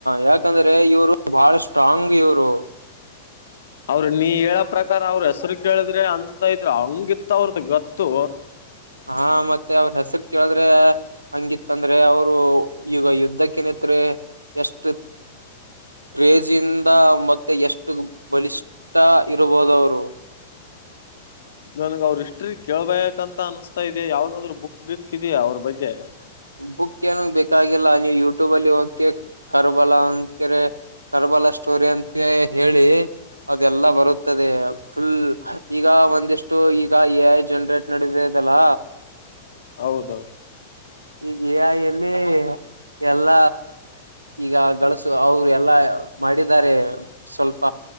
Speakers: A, on the right; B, on the left.
A: ಯಾಕಂದ್ರೆ ಇವರು ಬಹಳಷ್ಟು ಟಾಂಗಿಯೂರು
B: ಅವ್ರ ನೀ ಹೇಳೋ ಪ್ರಕಾರ ಅವ್ರ ಹೆಸರು ಕೇಳಿದ್ರೆ ಅನ್ಸತಾ ಇದ್ರ ಹಂಗಿತ್ತ ಅವ್ರದ ಗತ್ತು
A: ಹಾ ಮತ್ತೆ ಅವ್ರ ಹೆಸರು ಕೇಳಿದ್ರೆ ಹಂಗಿತ್ತಂದ್ರೆ ಅವರು ಈಗ ಯುದ್ಧಕ್ಕೆನತ್ ಎಷ್ಟು ಕ್ರೇಜಿಂದ ಮತ್ತೆ ಎಷ್ಟು ಬಲಿಷ್ಠ ಇರಬಹದವರು <unintelligible>
B: ನನ್ಗ ಅವ್ರ ಇಷ್ಟ್ಟ್ರಿ ಕೇಳ್ಬೇಕಂತ ಅನ್ಿಸಸ್ತಾ ಇದಾ ಯಾವ್ದಾದ್ರು ಬುಕ್ ಗಿಕ್ಿದೆಯಾ ಅವ್ರ ಬಗ್ಗೆ
A: ಬುಕ್ ಏನ ಬೇಕಾಗಿಲ್ಲ ನೀವು ಯೂಟ್ಯೂಬ್ ಅಲ್ಲಿ ಹೋಗಕೆ ಕರ್ಬಲ್ಲ ಅಂದಕರೆ ಕರ್ಬಲ ಸ್ಟೋರಿ ಅಂತ ಹೇಳಿ ಅದೆಲ್ಲಾ ಬರುತ್ತದೆ ಫುಲ್ ಈಗ ಒಂದಿಷ್ಟು ಈಗ ಎ ಐ ಜನರೇಟ್ ನಡದಲ್ಲ
B: ಹೌದು
A: ಈಗಲ್ಲಿ ಎಲ್ಲ ಎಲ್ಲ ಈಗ ಗಳಸು ಅವರು ಎಲ್ಲಾ ಮಾಡಿದಿದ್ದಾರೆ ಸ್ವಲ್ಪ